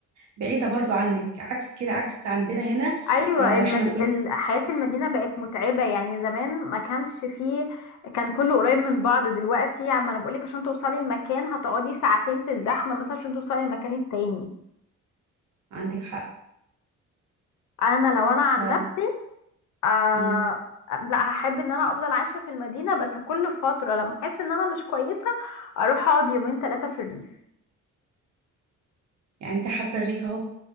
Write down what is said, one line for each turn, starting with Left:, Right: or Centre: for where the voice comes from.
Right: بعيده برضو عنك عكس كده عكس عندنا هنا
Left: ايوه
Right: آه،
Left: المد...
Right: احنا كل
Left: ال- حياة المدينة بقت متعبة يعني زمان ما كانش فيه كان كله قريب من بعض دلوقتي عم انا بقولك عشان توصلي المكان هتقعدي ساعتين في الزحمة مثلا عشان توصلي المكان التاني
Right: عندك حق
Left: انا لو انا عن
Right: ف
Left: نفسي آه...
Right: مم.
Left: لا هحب ان انا افضل عايشة في المدينة بس كل فترة لما احس ان انا مش كويسة اروح اقعد يومين ثلاثة في الريف
Right: يعني انت حابه الريف اهو